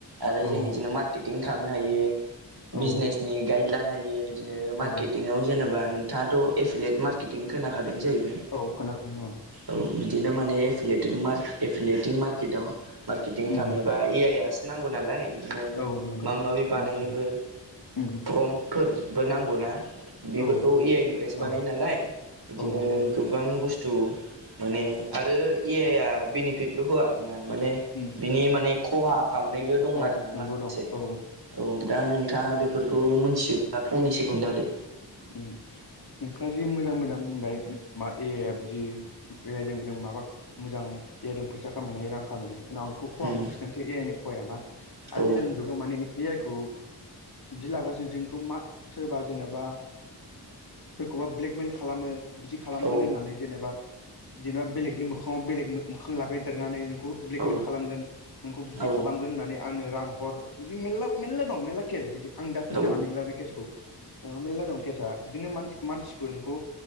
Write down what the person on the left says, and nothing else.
औ
औ
औ
औ खोनाखादों औ
उम
औ नंगौ
नंगौ नोंथां उम
औ
औ
औ नंगौ
उम
औ
नोंगौ
दं औ
औ
उम नोंथाङा जि मोजां मोजां होनबाय मा ए आइआबो जि ए आइ जों बेयाव माबा मोजां ए आइदों फैसा खामायनाय रां खामायनाय उनाव आंखौ खहाखौ
खिथा ए आइ नि खहाया मा
आजिखालिनि जुगाव माने ए आइ खौ बिदि लाग्रा जों जोंखौ मा सोरबा जेनेबा खौबा ब्लेकमेल खालामो बिदि खालामगोन
होननानै जेनेबा जेनेबा बेलेगनि मोङाव बेलेग मोखां लागायदेरनानै खो ब्लेग
मेल खालामगोन नोंखौ बिदि
खालामगोन होननानै आंनो रां हर बिदि मेरला मेलला दं मेरला केस बिदि आं दा खोननो
हानाय नोंला बे केसखौ ओ मेर्ला दं केसा बिदिनो मानसि मानसिखौ नोंखौ